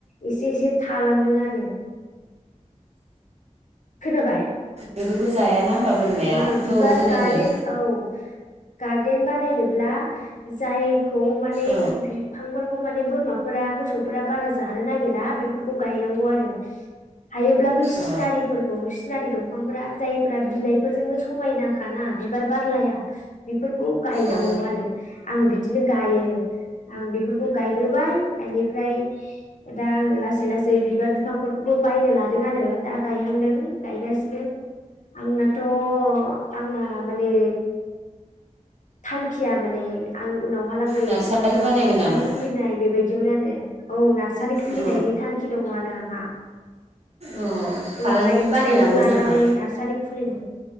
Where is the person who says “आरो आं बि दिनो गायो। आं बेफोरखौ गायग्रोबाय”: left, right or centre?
Left